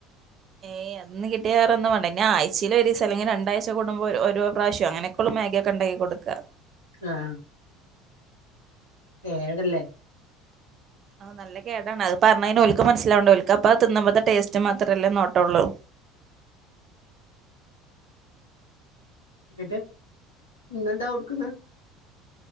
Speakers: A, on the right; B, on the left.
A: ഏ അന്ന് കിട്ടിയാ വേറൊന്നും വേണ്ട ന്നാ ആഴ്ച്ചേല് ഒരൂസം അല്ലെങ്കിൽ രണ്ടാഴ്ച കൂടുമ്പോ ഒരു ഒരു പ്രാവശ്യം അങ്ങനെക്കൊ ള്ളു മ്യാഗിയൊക്കെ ഇണ്ടാക്കി കൊടുക്കാ
B: ആഹ് ഏടല്ലേ
A: ആ നല്ല കേടാണ് അത് പറഞ്ഞെഴിഞ്ഞാ ഒല് ക്ക് മനസ്സിലാവണ്ട ഓൽക്ക് അപ്പൊ തിന്നമ്പത്തെ ടേസ്റ്റ് മാത്രല്ലേ നോട്ടൊള്ളൂ
B: എന്നിട്ട് ഇന്നെന്താ കൊടുക്കുന്നേ